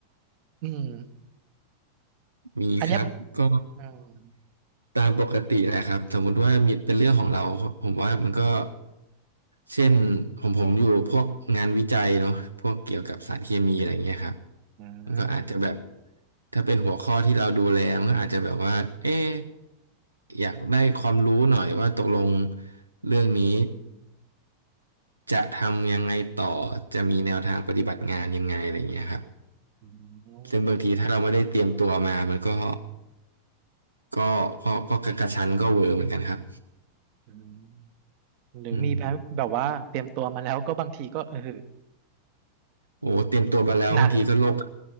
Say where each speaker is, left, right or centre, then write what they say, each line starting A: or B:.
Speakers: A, on the right; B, on the right.
A: อืม
B: มีครับก็
A: อันเนี้ยอืม
B: ตามปกติแหละครับสมมุติว่ามีเป็นเรื่องของเราผมว่ามันก็เช่นผมผมอยู่พวกงานวิจัยเนาะพวกเกี่ยวกับสารเคมีอะไรเงี้ยครับ
A: อืม
B: มันก็อาจจะแบบถ้าเป็นหัวข้อที่เราดูแลมันก็อาจจะแบบว่าเอ๊ะอยากได้ความรู้หน่อยว่าตกลงเรื่องนี้จะทำยังไงต่อจะมีแนวทางปฏิบัติงานยังไงอะไรเงี้ยครับ
A: อืม
B: ซึ่งบางทีถ้าเราไม่ได้เตรียมตัวมามันก็ ก็ก็ก็กระชั้นก็เวอร์เหมือนกันครับ
A: อืมหรือมีแบบแบบว่าเตรียมตัวมาแล้วก็บางทีก็เออ
B: อืมโอ้เตรียมตัวมาแล้วบางทีก็โลก
A: หนัก